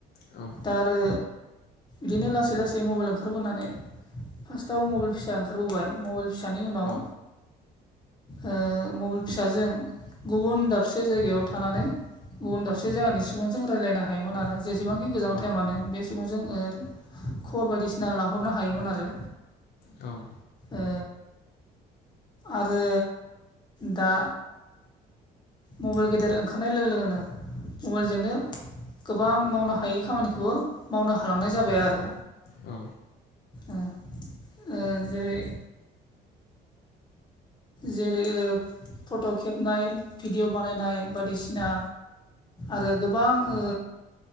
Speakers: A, on the left; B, on the left.
A: औ
B: दा आरो बिदिनो लासै लासै मबाइल ओंखारबोनानै फार्स्टाव मबाइल फिसा ओंखारबोबाय मबेल फिसानि उनाव
A: औ
B: ओ मबेल फिसाजों गुबुन दाबसे जायगायाव थानानै गुबुन दाबसे जायगानि सुबुंजों रायलायनो हायोमोन आरो जेसेबांखि गोजानाव
A: औ
B: थाया मानो बे सुबुं जों ओ खबर बायदिसिना लाहरनो हायोमोन आरो
A: औ
B: ओ आरो दा मबाइल गेदेर ओंखारनाय लोगो लोगोनो मबाइलजोंनो गोबां मावनो हायै खामानिखौबो मावनो हालांनाय जाबाय आरो
A: औ
B: ओं ओ जेरै जेरै ओ फट' खेबनाय भिडिअ' बानायनाय बायदिसिना आरो गोबां ओ